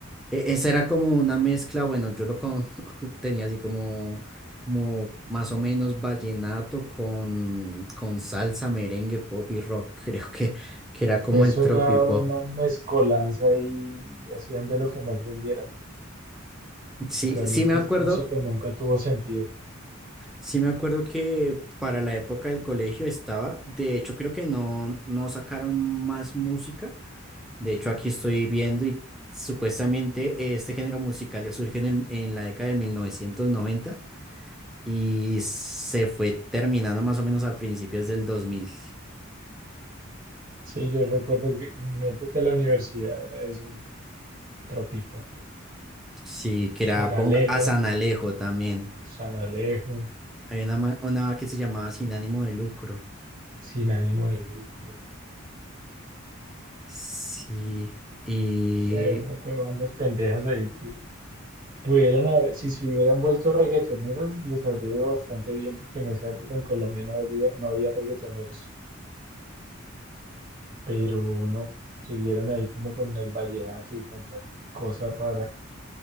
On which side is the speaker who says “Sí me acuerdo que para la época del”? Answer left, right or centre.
Centre